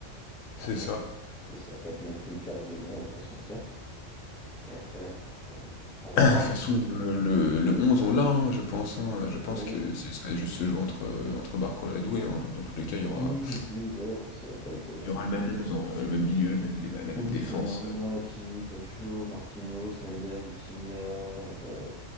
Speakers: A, on the left; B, in the centre.
A: C'est ça.
B: Parce que ça va pas être non plus une paire de gants, on va pas se mentir. Et après, après on verra, après, on verra,
A: Ah, de toute façon,
B: on espère.
A: le, le, le 11, on l'a, hein, je pense. hein. Je pense
B: Oui,
A: que c'est- ça va juste se jouer entre, entre Barcola et Doué. hein. Dans tous les cas, il y aura,
B: oui, oui, voilà, quoi. Ça va pas être. euh,
A: il y aura le même 11 hein, le même milieu, le même, les- la
B: Oui,
A: même défense.
B: Donnarumma, Kimi, Pacho, Marquinhos, Mendes, Vitinha, euh,